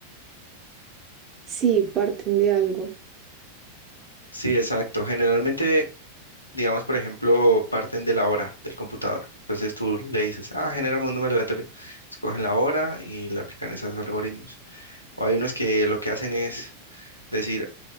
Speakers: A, on the right; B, on the left.
A: sí, parten de algo.
B: Sí, exacto. Generalmente, digamos, por ejemplo, parten de la hora del computador. Entonces tú le dices, ah, genérame un número aleatorio. Escogen la hora y le aplican esos algoritmos. O hay unos que lo que hacen es decir,